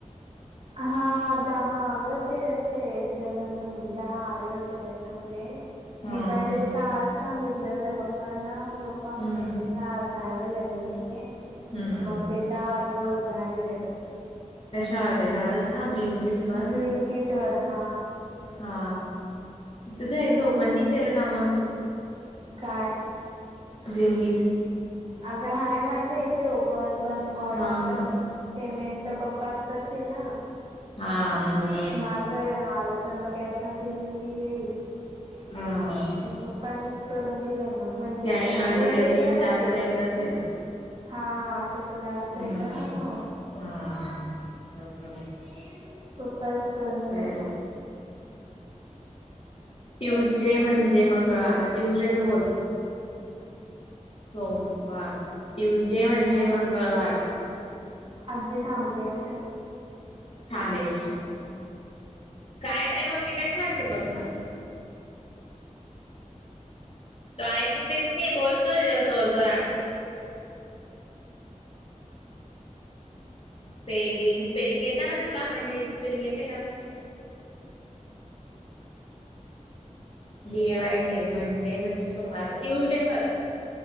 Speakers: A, on the right (about 45°); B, on the left (about 45°).
A: हा दहा अगं ते असे एक डझन म्हणजे दहा आले होते त्याच्यामध्ये.
B: हम्म
A: मी पहिले
B: हम्म
A: सज सांगितले होते पप्पांना पप्पा
B: हम्म
A: म्हणे येते सज. अवेलेबल नाही आहे
B: हम्म
A: म ते दहाचं होतं अवे्लेबल.
B: कशावर त्याच्यावरच का ब्लिंकिट. वर
A: ब्लिंकेट वर हा.
B: हा. तुझ्या यथं
A: मम्मी
B: ओपन नाही केलं
A: कुठे
B: का मग
A: काय
B: बिल्किट.
A: अगं हाय माझ्या हिचे ओपन पण ऑर्डर
B: हा हा
A: पेमेंट तर पप्पाच करतील ना.
B: हा बरोबर.
A: माझं आलं तर मग कॅश ऑन डिलिव्हरी येईल.
B: हम्म
A: पप्पांनीच करून दिलं मग म्हणजे
B: कॅश
A: ते माझ्याच
B: ऑन डिलेव्हरीच
A: एरिया मध्ये.
B: जास्त येत असेल
A: हा त्याच जास्त
B: हम्म
A: येत ना मग.
B: हा बरोबर आहे.
A: उपपास करून
B: ते
A: येतता.
B: ट्यूसडे म्हणजे मंगळवार ट्यूजडेचं बोल. सोमवार ट्युजडे म्हणजे मंगळवार.
A: आज जी थांबली असेल.
B: थांब एक मिनिट. काय अ मम्मी काय सांगते बघ ना. तो ऐकू देत नाही बोलतोय जोरजोरात. स्पेलिंग स्पेलिंग येत ना तुला वन डे ची स्पेलिंग येते का. डीए वाय डे मंडे म्हणजे सोमवार तर ट्युजडे कर